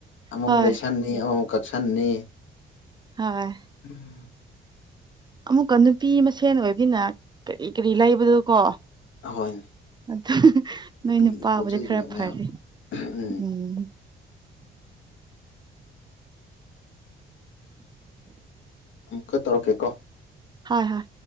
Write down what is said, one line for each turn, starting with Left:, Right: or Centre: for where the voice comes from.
Left: ꯑꯃ
Right: ꯍꯣꯏ
Left: ꯑꯃꯨꯛ ꯂꯩꯁꯟꯅꯤ ꯑꯃ ꯑꯃꯨꯛ ꯀꯛꯁꯟꯅꯤ
Right: ꯍꯣꯏ
Left: ꯎꯝ
Right: ꯑꯃꯨꯛꯀ ꯅꯨꯄꯤ ꯃꯁꯦꯟ ꯑꯣꯏꯕꯤꯅ ꯀꯔꯤ ꯀꯔꯤ ꯂꯩꯕꯗꯨ ꯀꯣ
Left: ꯍꯣꯏꯅꯦ
Right: ꯑꯗꯨ ꯅꯣꯏ
Left: ꯅꯨꯄꯤꯒꯤꯗꯤ
Right: ꯅꯄꯥꯥꯕꯨꯗꯤ
Left: ꯄꯣꯠ ꯆꯩꯁꯨ
Right: ꯈꯔ
Left: ꯌꯥꯝ
Right: ꯐꯔꯤ
Left: ꯌꯥꯝꯃꯦ ꯎꯝ ꯑꯣꯀꯦ
Right: ꯎꯝ
Left: ꯑꯃꯨꯛꯀ ꯇꯧꯔꯛꯀꯦ ꯀꯣ
Right: ꯍꯣꯏ ꯍꯣꯏ